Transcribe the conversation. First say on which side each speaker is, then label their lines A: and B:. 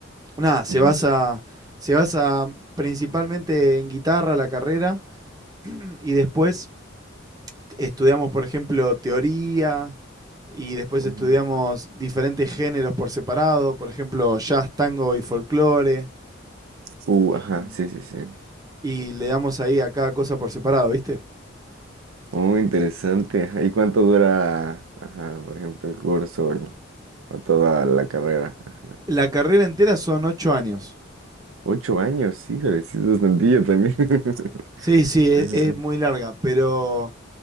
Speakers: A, on the right; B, on the right.
A: nada, se
B: ujú,
A: basa se basa principalmente en guitarra la carrera <clears throat> y después estudiamos, por ejemplo, teoría y después
B: ajá.
A: estudiamos diferentes géneros por separado, por ejemplo, jazz, tango y folclore
B: Uh,
A: y,
B: ajá, sí, sí, sí.
A: y le damos ahí a cada cosa por separado, ¿viste?
B: Muy interesante. ajá. ¿Y cuánto dura, ajá, por ejemplo, el curso o, el- o toda la carrera? Ajá.
A: La carrera entera son ocho años.
B: Ocho años, híjole, sí es bastantillo también. <laughs>
A: Sí, sí, es,
B: Ajá,
A: es muy larga, pero